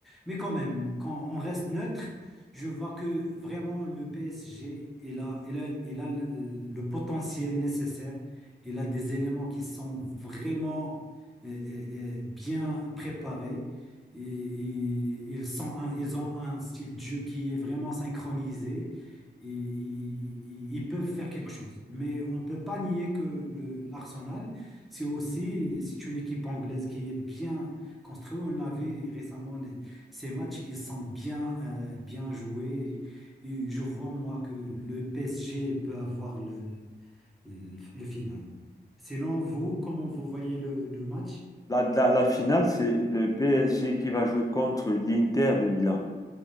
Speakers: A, in the centre; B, on the left (about 20°).
A: Mais quand même, quand on reste neutre, je vois que vraiment le PSG, il a, il a, il a le le potentiel nécessaire. Il a des éléments qui sont vraiment euh, euh, euh, bien préparés. Et, et ils sont un- ils ont un style de jeu qui est vraiment synchronisé ils, ils- ils peuvent faire quelque chose. Mais on ne peut pas nier que le- l'Arsenal, c'est aussi, c'est une équipe anglaise qui est bien construite. On a vu récemment les- ces matchs, ils sont bien, euh, bien joués. Et je vois, moi, que le PSG peut avoir le, le, le final. Sinon, vous, comment vous voyez le, le match?
B: La, la, la finale, c'est le PSG qui va jouer contre l'Inter de Milan.